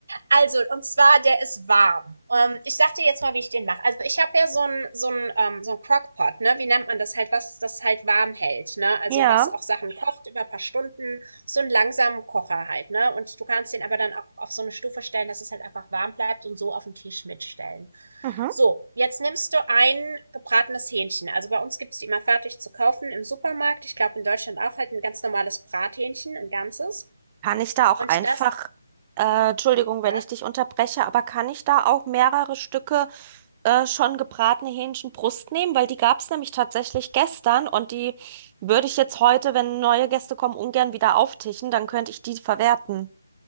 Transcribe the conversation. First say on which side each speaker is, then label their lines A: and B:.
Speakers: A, on the right; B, on the right.
A: Also, und zwar, der ist warm. Ähm, ich sag dir jetzt mal, wie ich den mache. Also, ich habe ja so ein so ein ähm, so ein Crock-Pot, ne? Wie nennt man das halt? Was das halt warm hält, ne? Also,
B: Ja.
A: was auch Sachen kocht über ein paar Stunden. So einen langsamen Kocher halt, ne? Und du kannst den aber dann auch auf so eine Stufe stellen, dass es halt einfach warm bleibt und so auf den Tisch mitstellen.
B: mhm.
A: So, jetzt nimmst du ein gebratenes Hähnchen. Also, bei uns gibt's die immer fertig zu kaufen im Supermarkt. Ich glaube, in Deutschland auch halt ein ganz normales Brathähnchen, ein ganzes.
B: Kann ich da auch
A: Und
B: einfach,
A: das,
B: äh, Entschuldigung, wenn
A: ja.
B: ich dich unterbreche, aber kann ich da auch mehrere Stücke äh, schon gebratene Hähnchenbrust nehmen? Weil die gab es nämlich tatsächlich gestern und die würde ich jetzt heute, wenn neue Gäste kommen, ungern wieder auftischen, dann könnte ich die verwerten.